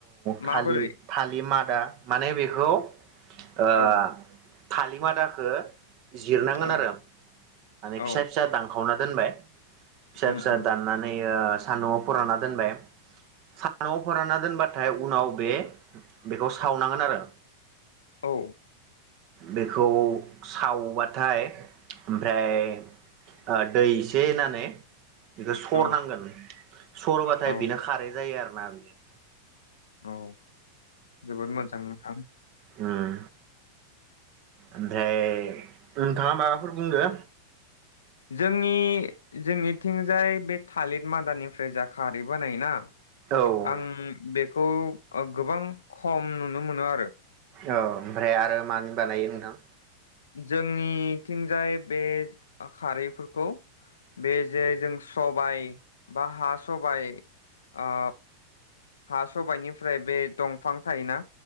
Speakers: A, on the right (about 40°); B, on the left (about 70°).
A: थालि-थालि
B: माबोरै
A: मा दा माने बेखौ ओ
B: औ
A: थालि मादाखो जिरनांगोन
B: औ
A: आरो माने फिसा
B: औ
A: फिसा दांखावना दोनबाय फिसा
B: उम
A: फिसा
B: उम
A: दाननानै ओ सानदुंआव फोरानना दोनबाय सानदुंआव फोरानना दोनबाथाय उनाव बे बेखौ सावनांगोन आरो
B: औ
A: बेखौ सावबाथाय ओमफ्राय ओ दै एसे होननानै बेखौ सरनांगोन
B: औ
A: सरबाथाय
B: औ
A: बिनो खारै जायो आरो मा बेयो
B: औ जोबोद मोजां नोंथां
A: उम ओमफ्राय नोंथाङा माबाफोर बुंदो
B: जोंनि जोंनिथिंजाय बे थालिर मादानिफ्राय जा खारै बानायोना
A: औ
B: आं बेखौ ओ - गोबां खम नुनो मोनो आरो
A: औ- ओमफ्राय आरो मानि बानायो नोंथां
B: जोंनिथिंजाय बे अ खारैफोरखौ बे जे जों सबाय बा हा सबाय ओ हा सबायनिफ्राय बे दंफां थायोना